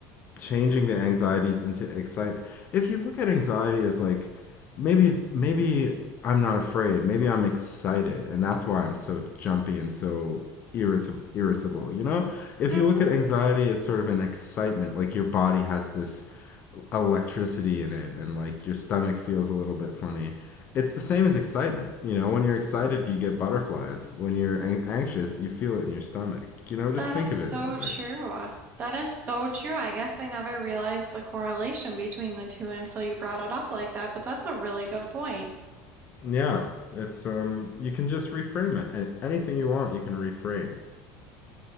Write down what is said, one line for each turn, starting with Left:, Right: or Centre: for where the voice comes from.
Left: changing the anxieties into excite if you look at anxiety as like maybe maybe i'm not afraid maybe i'm excited and that's why i'm so jumpy and so irritable irritable you know if
Right: hmm
Left: you look at anxiety as sort of an excitement like your body has this electricity in it and like your stomach feels a little bit funny it's the same as excitement you know when you're excited you get butterflies when you're an- anxious you feel it in your stomach you know just
Right: That
Left: think
Right: is so
Left: of it that way
Right: true. That is so true. I guess I never realized the correlation between the two until you brought it up like that, but that's a really good point.
Left: Yeah, it's um you can just reframe it. And anything you want, you can reframe.